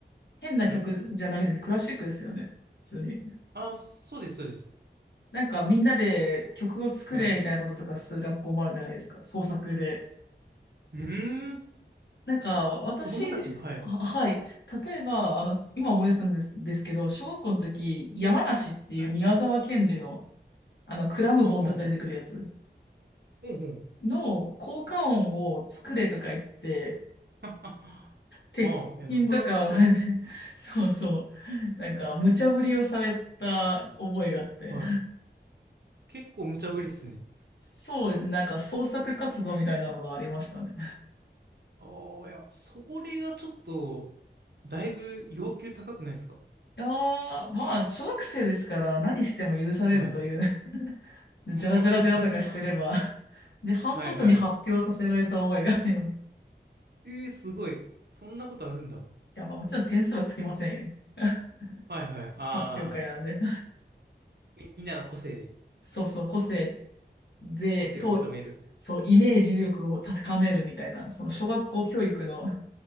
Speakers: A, on the left; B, on the right.
A: 変な曲じゃなくてクラシックですよね。
B: はい。
A: 普通に。
B: ああ、そうです、そうです。
A: なんか、みんなで曲を作れみたいなこととかする学校もあるじゃないですか。
B: はい。う
A: 創作で。
B: ーん。
A: なんか、私、
B: 子供たちに、はい。
A: は、はい。例えば、あの、今思い出したんです、ですけど、小学校の時、山梨っていう宮沢賢治の、
B: はい。
A: あの、クラムボンとかが出てくるやつ
B: はあ、はあ。ほうほう。
A: の効果音を作れとか言って、
B: はははあ、
A: 鉄筋とか、
B: いや、なかなか、
A: <laughs> そうそう、なんか、無茶ぶりをされた覚えがあって。
B: はい。結構無茶ぶりっすね。
A: そうですね。なんか、創作活動みたいなのがありましたね。
B: ああ、いや、それがちょっと、だいぶ要求高くないですか
A: いやー、まあ、小学生ですから何しても許されるというね
B: はい。
A: <laughs> じゃらじゃらじゃらとか
B: <laughs>
A: <laughs> してればで、班ごとに発表させられた覚えがあります。
B: はいはい。えー、すごい。そんなことあるんだ。
A: いや、まあ、もちろん点数はつきませんよ。<laughs>
B: はいはい。ああ、
A: 発表会なんで。
B: みみんなの個性で、
A: そうそう、個性で、
B: 個性を認める。
A: と、そう、イメージ力を高めるみたいな、その小学校教育の